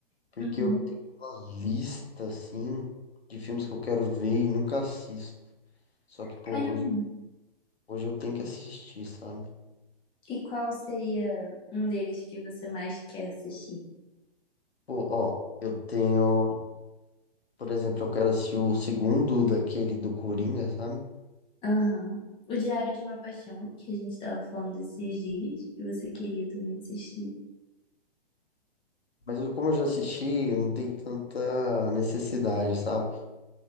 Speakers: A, on the left; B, on the left.
A: Porque
B: Uhum.
A: eu tenho uma lista, assim, de filmes que eu quero ver e nunca assisto. Só que, pô,
B: Caramba.
A: hoje, hoje eu tenho que assistir, sabe?
B: E qual seria um deles que você mais quer assistir?
A: Pô, ó, eu tenho. Por exemplo, eu quero assistir o segundo daquele do Coringa, sabe?
B: Aham. O Diário de uma Paixão, que a gente tava falando esses dias, que você queria também assistir.
A: Mas eu- como eu já assisti, não tem tanta necessidade, sabe?